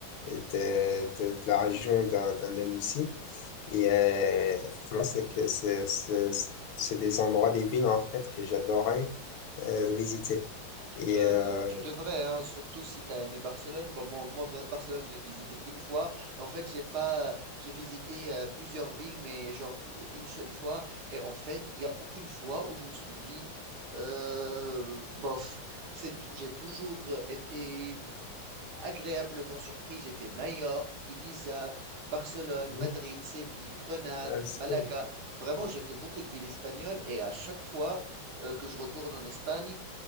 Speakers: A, on the left; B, on the right.
A: de, de, de la région d'An- d'Andalousie. Et euh, effectivement, c'est que c'est c'est- c'est des endroits, des villes en fait que j'adorais euh, visiter. Et
B: Euh,
A: euh,
B: tu devrais, hein, surtout si tu as aimé Barcelone. Bon, moi, moi, Ba- Barcelone, je l'ai visité qu'une fois. En fait, j'ai pas, j'ai visité euh, plusieurs villes, mais genre euh, une seule fois. Et en fait, il n'y a aucune fois où je me suis dit, euh, bof. C'est, tou- j'ai toujours euh, été agréablement surpris. J'ai fait Majorque, Ibiza, Barcelone,
A: Mhm.
B: Madrid, Séville, Grenade,
A: Ah, c'est
B: Malaga.
A: cool.
B: Vraiment, j'ai fait beaucoup de villes espagnoles et à chaque fois euh, que je retourne en Espagne,